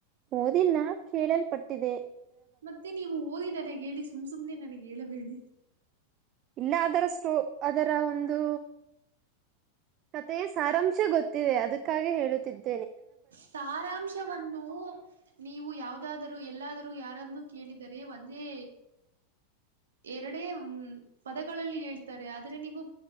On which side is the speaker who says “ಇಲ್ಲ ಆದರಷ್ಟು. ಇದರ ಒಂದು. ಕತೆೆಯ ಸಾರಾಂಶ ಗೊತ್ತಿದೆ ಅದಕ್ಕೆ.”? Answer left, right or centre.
Right